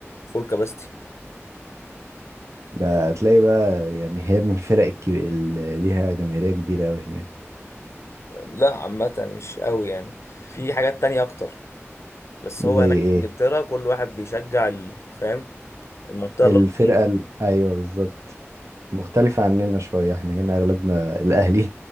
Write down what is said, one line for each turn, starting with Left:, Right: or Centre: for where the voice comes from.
Left: فول كاباستي
Right: ده تلاقي بقى يعني هي من الفرق الكبيرة اللي ليها جماهيريه كبيره قوي هناك
Left: لا عامه مش قوي يعني في حاجات تانية اكتر بس
Right: زي
Left: هو هناك
Right: ايه
Left: في انجلترا كل واحد بيشجع ال- فاهم المنطقه
Right: الفرقه
Left: اللي هو فيها
Right: ال... ايوه بالظبط مختلفه عننا شويه احنا هنا اغلبنا الاهلي